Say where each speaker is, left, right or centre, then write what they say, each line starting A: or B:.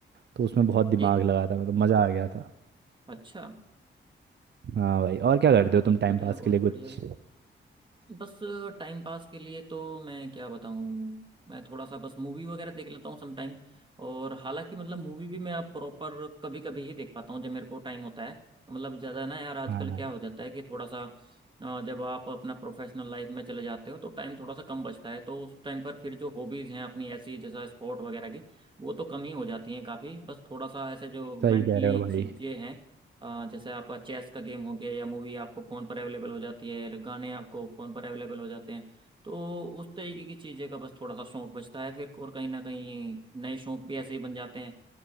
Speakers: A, on the right; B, on the right.
A: तो उसमें बहुत दिमाग
B: एक
A: लगा था मतलब मज़ा आ गया था
B: अच्छा
A: हाँ भाई और क्या करते
B: बहुत
A: हो तुम टाइम
B: बढ़िया
A: पास
B: बहुत
A: के लिए कुछ
B: बढ़िया बस टाइम पास के लिए तो मैं क्या बताऊँ मैं थोड़ा सा बस मूवी वगैरह देख लेता हूँ समटाइम और हालांकि मतलब मूवी भी मैं आप प्रॉपर कभी कभी ही देख पाता हूँ जब मेरे को टाइम होता है तो मतलब ज़्यादा ना यार आजकल
A: हाँ
B: क्या हो जाता है कि थोड़ा सा अ, जब आप अपना प्रोफेशनल लाइफ में चले जाते हो तो टाइम थोड़ा सा कम बचता है तो उस टाइम पर फिर जो हॉबीज़ हैं अपनी ऐसी जैसा स्पोर्ट वगैरह की वो तो कम ही हो जाती हैं काफ़ी बस थोड़ा सा ऐसे जो मेंटली
A: सही कह रहे हो भाई
B: चीज़ें हैं अ, जैसे आपका चेस का गेम हो गया या मूवी आपको फ़ोन पर अवेलेबल हो जाती है गाने आपको फ़ोन पर अवेलेबल हो जाते हैं तो उस तरीके की चीज़ें का बस थोड़ा सा शौक बचता है फिर और कहीं ना कहीं नए शौक भी ऐसे ही बन जाते हैं